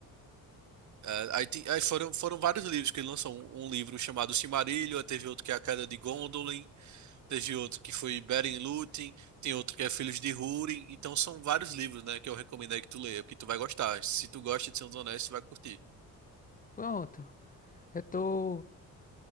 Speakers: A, on the right; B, on the left.
A: É, aí, tem- aí foram, foram vários livros que ele lançou. Um, um livro chamado Silmarillion, aí teve outro que é A Queda de Gondolin, teve outro que foi Beren e Lúthien, tem outro que é Filhos de Húrin. Então são vários livros, né, que eu recomendo aí que tu leia, porque tu vai gostar. Se tu gosta de Senhor dos Anéis, tu vai curtir.
B: Pronto, eu tô.